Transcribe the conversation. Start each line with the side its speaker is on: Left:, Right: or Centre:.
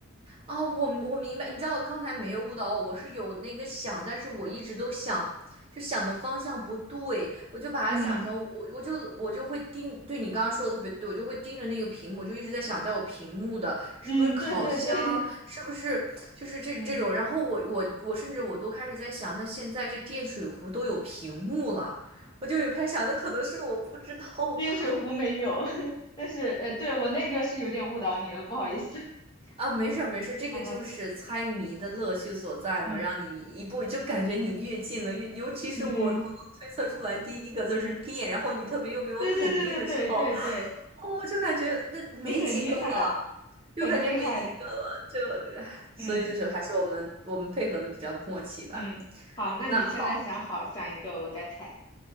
Right: 啊，我我明白，你知道刚才没有误导我，我是有那个想，但是我一直都想，就想的方向不对，我就把它想成我我就我就会盯，
Left: 嗯
Right: 对你刚刚说的特别对，我就会盯着那个屏幕，就一直在想带我屏幕的是不是烤箱，
Left: 嗯，对对对，
Right: 是不是就是这这种，
Left: 嗯，
Right: 然后我我我甚至我都开始在想，那现在这电水壶都有屏幕了，我就有开始想，那可能是我不知道吧。
Left: 电水壶没有，<laughs> 但是呃，对我那个是有点误导你了，不好意思。<laughs>
Right: 啊，没事儿没事儿，这个就是猜谜的乐趣所在嘛，
Left: 嗯嗯
Right: 让你一步就感觉你越近了，越尤其是我我能推测出来第一个字是电，
Left: 嗯嗯嗯，
Right: 然后你特别又给我肯定的时候，
Left: 对对对对对对对，
Right: 哦，我就感觉那没几个了，
Left: 你很厉害，
Right: 就感觉没几个了，
Left: 很厉害。
Right: 就，唉所以就是还是我们我们配合的比较默契吧。
Left: 嗯嗯，好，那你现在想好想一个，
Right: 那好
Left: 我再猜。